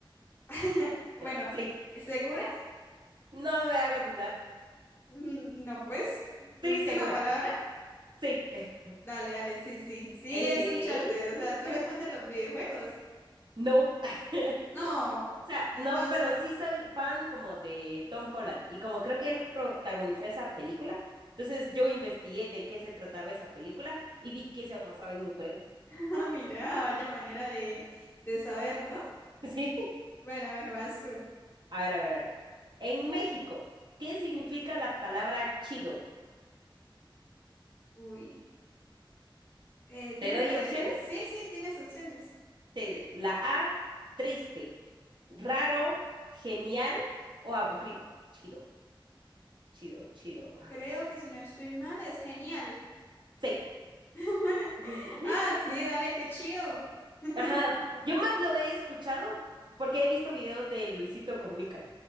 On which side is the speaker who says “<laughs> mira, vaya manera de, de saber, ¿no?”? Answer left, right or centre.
Left